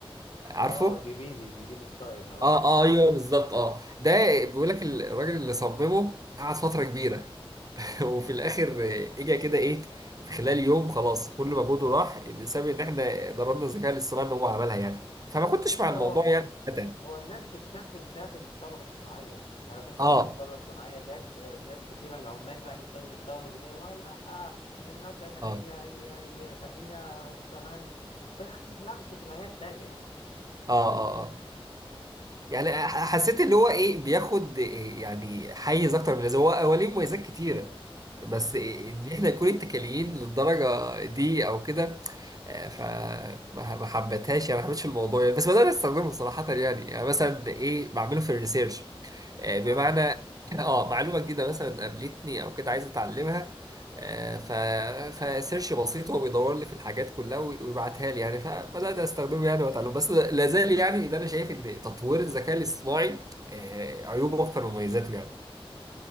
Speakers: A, on the right (about 40°); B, on the left (about 85°).
A: عارفه
B: اه جبيلي جبيلي ستايل اه
A: اه اه ايوه بالظبط اه ده بيقول لك الراجل اللي صممه قعد فتره كبيره <laughs> وفي الاخر آه، اجى كده ايه في خلال يوم خلاص كل مجهوده راح بسبب ان احنا ضربنا الذكاء الاصطناعي ان هو عملها يعني فما كنتش
B: بص
A: مع الموضوع
B: هو
A: يعني ابدا
B: هو الناس بتشبه ده بالثوره الصناعيه عارف انت
A: اه
B: لما الثوره الصناعيه جت آه، ناس كتيره العمال بقى اللي كانوا بيشتغلوا بايديهم "آه، لا آه المكن هي
A: اه
B: هي هي خلينا ما نشتغلش والأكل لا شغلانات تانية يعني
A: اه اه آه. يعني ح- حسيت اللي هو ايه بياخد إيه يعني حيز اكتر من اللازم هو هو ليه مميزات كتيره بس
B: امم
A: إيه ان احنا نكون اتكاليين للدرجه دي او كده آه، فما ما حبتهاش يعني ما حبيتش الموضوع يعني بس بدأت استخدمه صراحه يعني يعني مثلا ايه بعمله في الريسيرش آه، بمعنى
B: اه
A: اه معلومه جديده مثلا قابلتني او كده عايز اتعلمها آه، ف فسيرش بسيط هو بيدور لي في الحاجات كلها وي- ويبعتها لي يعني فبدات استخدمه يعني واتعلم بس لا زال يعني اللي انا شايف ان تطوير الذكاء الاصطناعي آه، عيوبه اكتر من مميزاته يعني